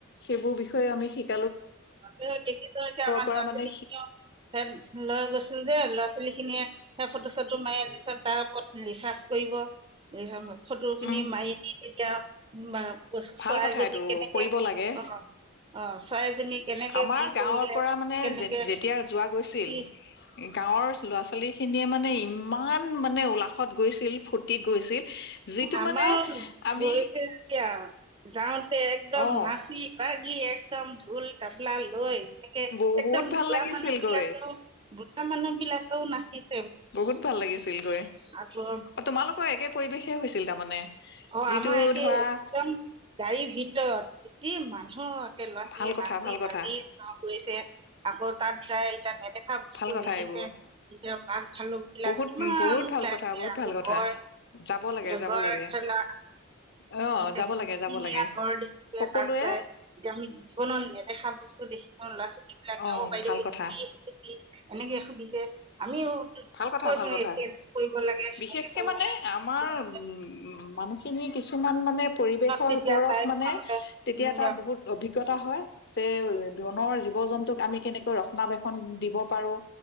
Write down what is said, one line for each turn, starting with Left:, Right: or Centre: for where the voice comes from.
Left: সেইবোৰ বিষয়ে আমি শিক
Right: তেখেতক তেতিয়া আমাৰ
Left: পৰা
Right: ল'ৰা-ছোৱালী
Left: মানে
Right: কেইটামান লৈ গৈছিলো যে ল'ৰা ছোৱালীখিনিয়ে সেই ফটো চটো মাৰি নিশ্চয় তাৰ ওপৰত ৰিচাৰ্চ কৰিব ফটোৰখিনি
Left: উম
Right: মাৰি দি মেলি এতিয়া, মা কৈছো
Left: ভাল
Right: চৰাই
Left: কথা
Right: যদি
Left: এইটো
Right: কেনেকে
Left: কৰিব
Right: কি,
Left: লাগে
Right: অঁ, অঁ চৰাইজনী কেনেকে
Left: আমাৰ
Right: কি
Left: গাঁৱৰ
Right: কৰিলে
Left: পৰা মানে
Right: কেনেকে
Left: যে যেতিয়া যোৱা গৈছিল,
Right: কি
Left: গাঁৱৰ ল'ৰা-ছোৱালী খিনিয়ে মানে ইমান মানে উলাহত গৈছিল ফূৰ্তিত গৈছিল যিটো
Right: আমাও
Left: মানে আমি
Right: গৈছে এতিয়া যাওঁতে একদম
Left: অ
Right: নাচি বাগি যিয়েক একদম ঢোল তাপলা লৈ একে
Left: বহুত
Right: একদম
Left: ভাল
Right: বুঢ়া
Left: লাগিছিল
Right: মানুহ বিলাকেও
Left: গৈ
Right: বুঢ়া মানুহ বিলাকেও নাচিছে
Left: বহুত ভাল লাগিছিল গৈ,
Right: আকৌ
Left: তোমালোকৰ সেই একেই পৰিৱেশে একেই পৰিৱেশে হৈছিল তাৰমানে
Right: অ
Left: যিটো
Right: আমাৰ একেই
Left: ধৰা
Right: একদম গাড়ীৰ ভিতৰত গোটেই মানুহ একে ল'ৰা-ছোৱালীয়ে
Left: ভাল কথা
Right: নাচি
Left: ভাল কথা
Right: বাগি গৈছে আকৌ তাত যাই এতিয়া নেদেখা বস্তু
Left: ভাল কথা
Right: দেখিছে
Left: এইবোৰ
Right: এতিয়া বাঘ-ভালুকবিলাক
Left: বহুত
Right: কিমান
Left: বহুত
Right: ওলাইছেহি
Left: ভাল কথা বহুত
Right: আকৌ
Left: ভাল কথা
Right: গড়
Left: যাব লাগে
Right: এতিয়া
Left: যাব
Right: গড়
Left: লাগে
Right: আমাৰ
Left: অ যাব
Right: এখঙীয়া
Left: লাগে যাব লাগে
Right: গড় দেখিছো।
Left: সকলোৱে
Right: যায় এতিয়া আমি জীৱনত নেদেখা বস্তু দেখি চাওঁ ল'ৰা ছোৱালীবিলাকেও
Left: অ
Right: অঁ বাইদেউ
Left: ভাল
Right: এইটো
Left: কথা
Right: কি সেইটো কি এনেকে সুধিছে আমিও
Left: ভাল কথা
Right: কৈছো
Left: ভাল কথা
Right: এইটো এনে কৰিব লাগে
Left: বিশেষকে
Right: সনেকে কৰিব
Left: মানে
Right: লাগে
Left: আমাৰ
Right: তোমালোকে
Left: উম মানুহখিনি কিছুমান মানে পৰিৱেশৰ
Right: তেতিয়া
Left: ওপৰত
Right: তাই
Left: মানে
Right: তোমালোকে
Left: তেতিয়া
Right: উম
Left: এটা বহুত অভিজ্ঞতা হয় যে বনৰ জীৱ জন্তুক আমি কেনেকৈ ৰক্ষনাাবেক্ষন দিব পাৰো